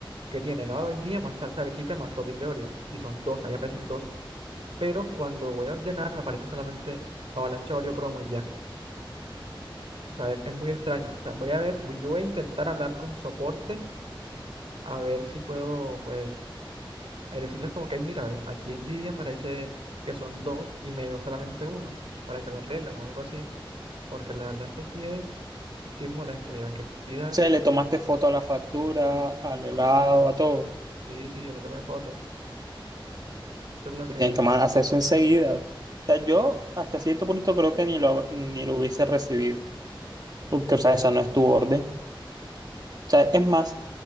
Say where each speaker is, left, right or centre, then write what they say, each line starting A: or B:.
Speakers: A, on the right; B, on the right.
A: que tiene helado de vainilla más salsa de arequipe más topping de Oreo. Y son dos, ahí aparecen dos. Pero cuando voy a ordenar me aparece solamente Avalancha Oreo Promo y ya. O sea, es, es muy extraño. O sea, voy a ver, voy- yo voy a intentar hablar con soporte a ver si puedo, pues, eh, decirles como que, ay, mira, ve, aquí en Didi parece que son dos y me llegó solamente uno para que lo arreglen o algo así. Porque la verdad es que sí es, sí es molesto ya que pidas.
B: O sea, le tomaste foto a la factura,
A: Sí, sí,
B: al helado,
A: por eso.
B: a todo. O
A: Sí, sí, yo no tomé foto. Eso es lo
B: sea,
A: que...
B: tienes que ma- hacer eso enseguida. O sea, yo hasta cierto punto creo que ni lo, ni lo hubiese recibido, porque, o sea, esa no es tu orden. O sea, es más,